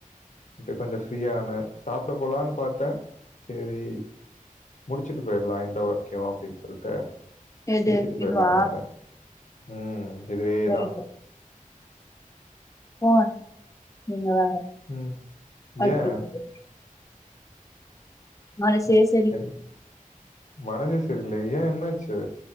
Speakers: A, on the left; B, on the left.
A: ட்டு கொஞ்சோ ஃப்ரீயா ஆனே சாப்ட போலான்னு பாத்தே சேரி முடிச்சிட்டு பொய்ருலா இந்த ஒர்க்கையு அப்டின்னு சொல்ட்டு
B: எது
A: பேசிட்டு பெய்ரான்னு
B: இதுவா
A: வந்தே ம் இதுவேதா
B: ரைட்டு போங்க நீங்க வேற
A: ம்
B: அதுக்கு
A: ஏன்
B: எதுக்கு மலஷேஸ்
A: என் மனசே சரியில்லையா ஏ என்னாச்சு